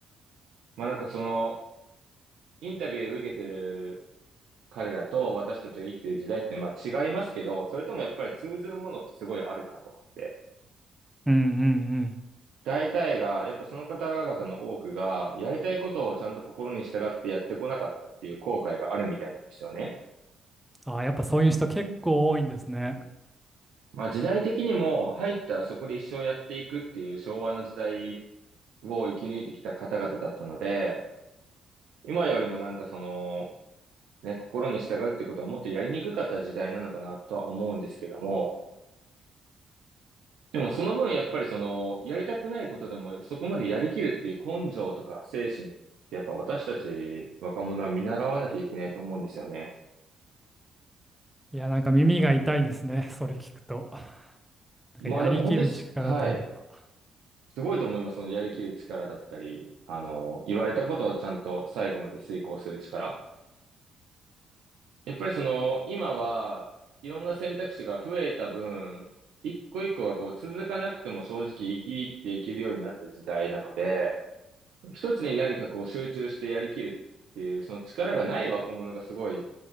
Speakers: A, on the right (about 60°); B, in the centre.
A: まあ、なんかその、インタビューを受けてる彼らと私たちが生きてる時代って、まあ、違いますけど、それともやっぱり通ずるものってすごいあるなと思って。
B: うんうん
A: 大体が、やっぱその方々の多くが、やりたいことをちゃんと心に従ってやってこなかったっていう後悔があるみたいなんですよね。
B: うん。あ、やっぱそういう人結構多いんですね。
A: まあ時代的にも入ったらそこで一生やっていくっていう昭和の時代を生き抜いてきた方々だったので、今よりもなんかその、ね、心に従うってことはもっとやりにくかった時代なのかなとは思うんですけども、でもその分やっぱりその、やりたくないことでもそこまでやりきるっていう根性とか精神ってやっぱ私たち若者は見習わなきゃいけないと思うんですよね。
B: いや、なんか耳が痛いですね。それ聞くと。なんかやりきる力というか。
A: まあでも本当にす、はい。すごいと思います。そのやりきる力だったり、あの、言われたことをちゃんと最後まで遂行する力。やっぱりその、今はいろんな選択肢が増えた分、一個一個がこう続かなくても正直生きていけるようになった時代なので、一つに何かこう集中してやりきるっていう、その力がない若者がすごい